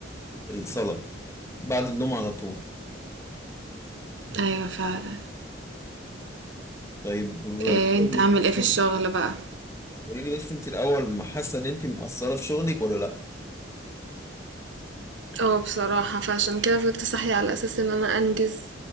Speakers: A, on the left (about 15°); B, on the right (about 80°).
A: الصلاة بعد النوم على طول
B: ايوه فعلا
A: طيب
B: إيه
A: شغلك
B: انت عامل
A: حاسة
B: ايه في الشغل بقى
A: قولي لي بس انت الأول ما حاسة إن انت مقصرة في شغلك ولا لأ؟
B: اه بصراحة فعشان كده فضلت صاحية على أساس إن أنا أنجز